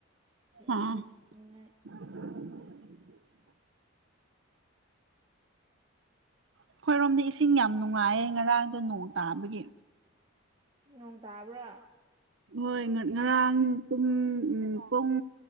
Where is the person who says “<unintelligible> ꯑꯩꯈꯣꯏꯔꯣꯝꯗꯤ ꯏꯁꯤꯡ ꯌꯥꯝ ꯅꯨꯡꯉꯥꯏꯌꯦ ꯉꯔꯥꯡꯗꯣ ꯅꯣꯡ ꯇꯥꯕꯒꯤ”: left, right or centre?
Right